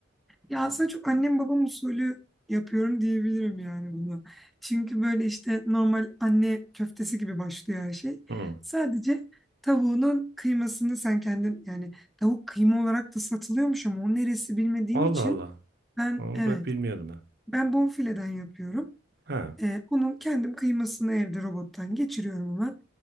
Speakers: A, in the centre; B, on the right (about 55°).
A: Ya aslında çok annem babam usulü yapıyorum diyebilirim yani bunu. Çünkü böyle işte normal anne köftesi gibi başlıyor her şey.
B: Hı.
A: Sadece tavuğunun kıymasını sen kendin yani tavuk kıyma olarak da satılıyormuş ama o neresi bilmediğim
B: Allah
A: için
B: Allah.
A: ben
B: Onu
A: evet
B: bak bilmiyordum ben.
A: ben bonfileden yapıyorum.
B: Ha.
A: Ee, onun kendim kıymasını evde robottan geçiriyorum hemen.